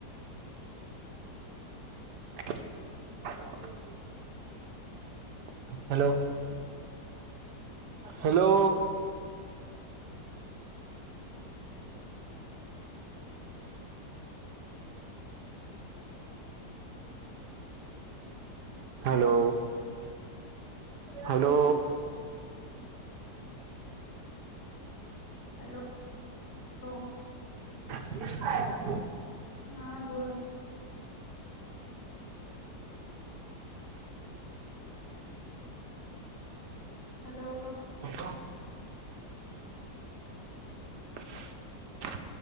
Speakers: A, on the right; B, on the left.
A: <inaudible> <unintelligible> <inaudible> hello! Hello! Hello! Hello!
B: <inaudible> Hello. <inaudible>
A: <inaudible>
B: हा बोलं. हॅलो.
A: हॅलो. <inaudible>